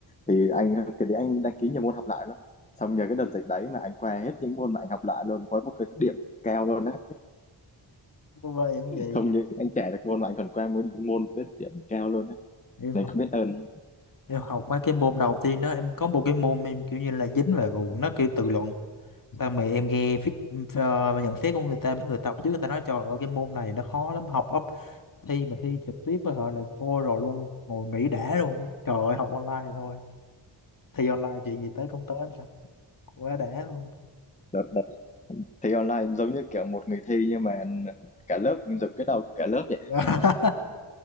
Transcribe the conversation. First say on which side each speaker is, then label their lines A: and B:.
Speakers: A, on the left; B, on the left.
A: thì anh cái đấy anh đăng ký nhiều môn học lại lắm xong nhờ cái đợt dịch đấy mà anh qua hết những môn mà anh học lại luôn với một cái điểm cao luôn á
B: Cô em vậy
A: không như anh trẻ được môn mà anh còn qua môn môn với điểm cao luôn á
B: em
A: nên
B: học
A: không biết ơn
B: em học mấy cái môn đầu tiên đó em có một cái môn em kiểu như là dính về vụ nó kiểu tự luận sao mà em nghe feed, ờ, nhận xét của người ta mấy người tập trước người ta nói trời ơi cái môn này nó khó lắm học ấp thi mà thi trực tiếp với họ là thôi rồi luôn ngồi nghỉ đã luôn trời ơi học online thôi thi online chuyện gì tới cũng tới mà. quá đã luôn
A: đợt thi online giống như kiểu một người thi nhưng mà cả lớp mình dùng cái đầu của cả lớp vậy
B: <laughs>